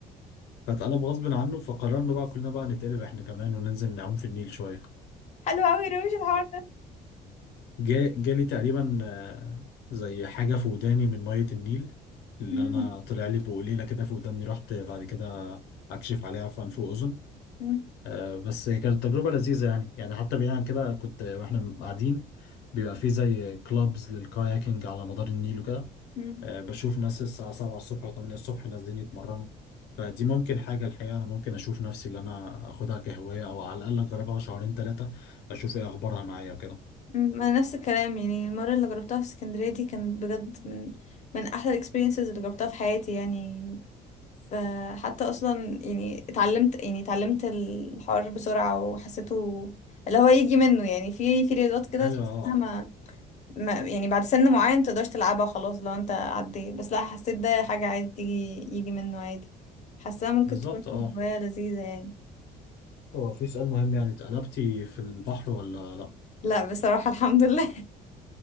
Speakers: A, on the left; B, on the left.
A: فاتقلب غصب عنه فقررنا بقى كلنا بقى نتقلب إحنا كمان وننزل نعوم في النيل شوية
B: حلو قوي روش الحوار ده
A: جا- جالي تقريبا آه، زي حاجة في وداني من مية النيل اللي
B: مم،
A: أنا طلع لي بقليلة كده في وداني رحت بعد كده أكشف عليها في أنف وأذن
B: مم،
A: آه، بس كانت تجربة لذيذة يعني يعني حتى بعيد عن كده كنت وإحنا قاعدين بيبقى في زي كلابز للكاياكينج على مدار النيل وكده
B: مم.
A: آه، بشوف ناس الساعة 7 الصبح و8 الصبح نازلين يتمرنوا فدي ممكن حاجة الحقيقة أنا ممكن أشوف نفسي اللي أنا أخدها كهواية أو على الأقل أجربها شهرين ثلاثة أشوف إيه أخبارها معايا وكده
B: مم، انا نفس الكلام يعني المره اللي جربتها في اسكندريه دي كانت بجد من من احلى الاكسبيرينسز اللي جربتها في حياتي يعني فحتى اصلا يعني اتعلمت يعني اتعلمت الحوار بسرعه وحسيته اللي هو يجي منه يعني في في رياضات كده
A: أيوه
B: تحس
A: أه
B: انها ما ما يعني بعد سن معين متقدرش تلعبها خلاص لو انت عديت بس لا حسيت ده حاجه عادي تيجي يجي منه عادي حاساها ممكن
A: بالظبط
B: تكون
A: اه
B: هوايه لذيذه يعني
A: هو في سؤال مهم يعني اتقلبتي في البحر ولا لا
B: لا بصراحه الحمد لله